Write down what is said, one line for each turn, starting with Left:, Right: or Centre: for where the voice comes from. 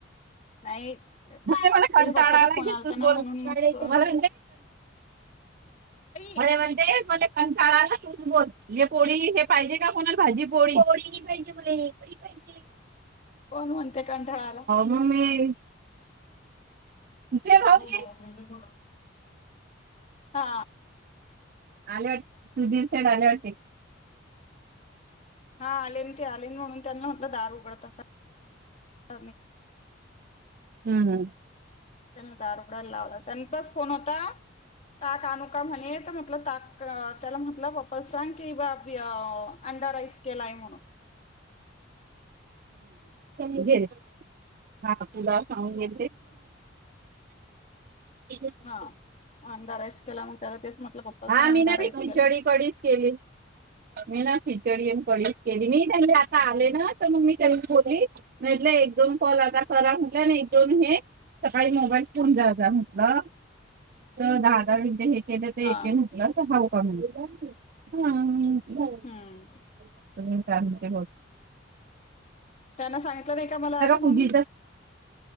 Left: नाही त्याच्या
Right: मग ते मला कंटाळायला
Left: पप्पाचा फोन
Right: घ
Left: आलता
Right: तू
Left: ना
Right: बोल
Left: म्हणून मग तो
Right: म्हर
Left: आई
Right: म्हणते म्हज कंठाळाला ब पोळी हे पाहिजे का कोणाला भाजी पोळी पोळी पाहिजे हेक पाहिजे
Left: कोण म्हणते कंठळाला
Right: मग मी ते भाऊजी
Left: हो कोणा हा
Right: आले वाट सुधीर सैन आले वाटते
Left: हा आलेन ते आलेन म्हणून त्यांना म्हटलं दार उघडत का
Right: हम् हम्
Left: त्यांनी दार उघडाला लावला त्यांचाच फोन होता ताक आणू का म्हणे तर म्हटलं ताक त्याला म्हटलं बाप्पा सांग की बाब अंडाराईस केलाय म्हणून
Right: घे हा तुला सगून घे ठीक आहेस
Left: हा
Right: ्
Left: अंडा राईस केला मग त्याला तेच म्हटलं पप्पा
Right: हा
Left: सांग
Right: मी
Left: अंडा
Right: ना
Left: राईस
Right: बी खिचडी
Left: केला
Right: कडीच केली मी ना सी चडी म आ आ मी बली म्ह क म्हट एक दोन हे सकाळी मोबाईल फोन जा म्हटलं तर दहा दहाणच्या हे ते
Left: हा
Right: एके म्हटलं तर हऊ का म्हणज ह
Left: हम्म
Right: तुम्ही का होत
Left: त्यांना सांगितलं नाही का मला आले म्हणून
Right: पूजीचा